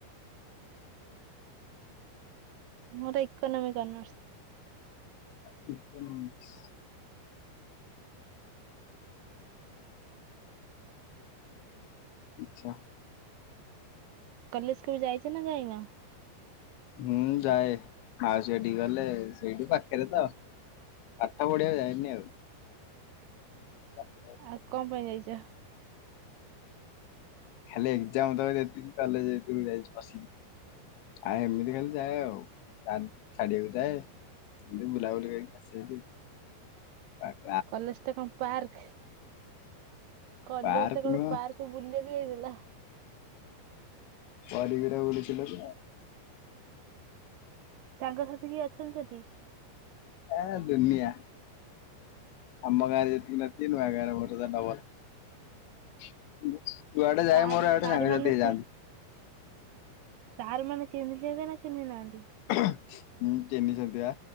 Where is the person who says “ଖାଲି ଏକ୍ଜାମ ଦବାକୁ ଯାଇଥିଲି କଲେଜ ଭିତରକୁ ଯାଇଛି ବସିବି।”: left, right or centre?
Left